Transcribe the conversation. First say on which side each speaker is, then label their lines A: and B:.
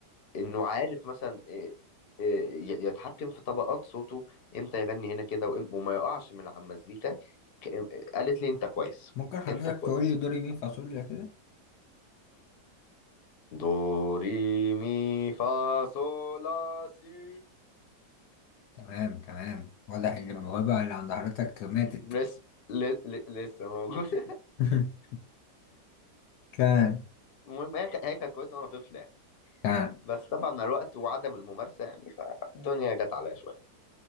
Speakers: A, on the left; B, on the left.
A: انه عارف مثلا إيه- إيه، ي- يتحكم في طبقات صوته امتى يغني هنا كده وإم- وما يقعش من على المزيكا ك- قالت لي انت كويس
B: ممكن حضرتك
A: انت كويس
B: تقول لي دوري مين فاصوليا كده
A: دو ري مي فا صو لا سي
B: تمام تمام واضح ان الموهبة
A: صح.
B: اللي عند حضرتك ماتت
A: لسه ل- ل- لسه موجود <laughs>
B: <laughs> كان
A: المهم هي ك- هي كانت كويسه وانا طفل يعني
B: كان
A: بس طبعا مع الوقت وعدم الممارسه يعني فالدنيا جت عليا شويه